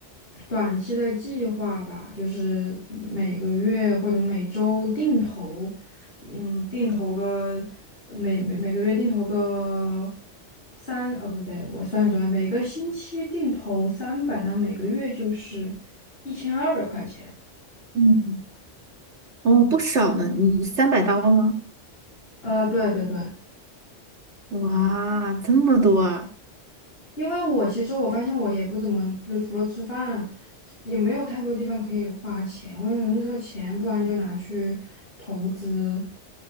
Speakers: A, on the left (about 50°); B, on the right (about 70°).
A: 短期的计划吧，就是每个月或者每周定投，嗯，定投个每每每个月定投个三，呃，不对，我算一算，每个星期定投三百，那每个月就是一千二百块钱。
B: 嗯，哦，不少呢，你三百刀吗？
A: 呃，对对对。
B: 哇，这么多啊！
A: 因为我其实我发现我也不怎么，就除了吃饭，也没有太多地方可以花钱。我用觉这个钱，不然就拿去投资。